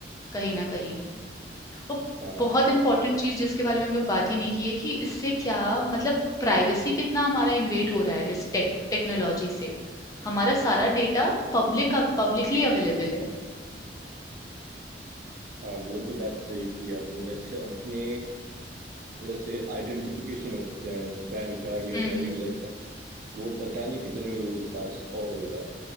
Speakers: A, on the left (about 20°); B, on the right (about 50°).
A: कहीं न कहीं। तो
B: हाँ
A: बहुत इंपॉर्टेंट चीज़ जिसके बारे में हम लोग बात ही नहीं की है कि इससे क्या मतलब प्राइवेसी कितना हमारा इन्वेड हो रहा है इस टेक टेक्नोलॉजी से। हमारा सारा डेटा पब्लिक अ, पब्लिकली अवेलेबल है।
B: हाँ वो तो बात सही की आपने जैसे अपने जैसे आइडेंटिफिकेशन होते हैं पैन कार्ड या
A: हुँ,
B: ड्राइविंग
A: हुँ।
B: लाइसेंस वो पता नहीं कितने लोगों के पास और होगा